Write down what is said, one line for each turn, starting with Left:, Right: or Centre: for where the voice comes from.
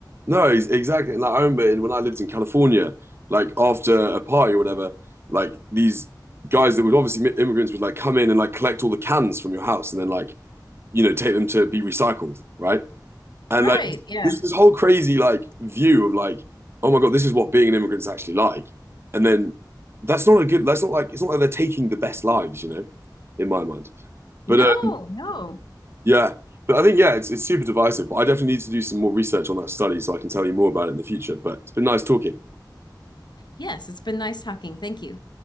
Right: No, ex- exactly. And like, I remember in, when I lived in California, like after a party or whatever, like these guys that would obviously mi- immigrants would like come in and like collect all the cans from your house and then like you know take them to be recycled, right? And
Left: Right.
Right: like
Left: Yeah.
Right: this this whole crazy like view of like oh my God, this is what being an immigrant's actually like. And then that's not a good. That's not like it's not like they're taking the best lives, you know, in my mind. But
Left: No,
Right: uh,
Left: no.
Right: yeah. But I think, yeah, it's, it's super divisive. But I definitely need to do some more research on that study so I can tell you more about it in the future. But it's been nice talking.
Left: Yes, it's been nice talking. Thank you.